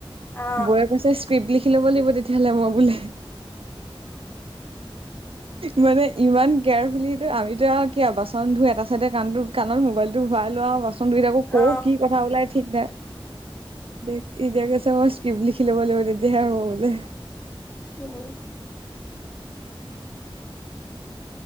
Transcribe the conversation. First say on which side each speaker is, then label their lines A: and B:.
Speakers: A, on the left; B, on the right.
A: অ
B: বৌৱে কৈছে <unintelligible> ল'ব লাগিব তেতিয়াহ'লে মই বোলে। মানে ইমান কেয়াৰফুলিটো আমিতো আৰু কি বাচন ধুই এটা চাইড কাণটো কাণত মোবাইলটো ভৰাই লওঁ আৰু বাচন ধুই থাকোঁ কৰ
A: অ
B: কি কথা ওলাই ঠিক নাই। দে এতিয়া কৈছে মই <unintelligible> লিখি ল'ৱ লাগিব হ'ব তেতিয়াহে হ'ব বোলে।
A: উম।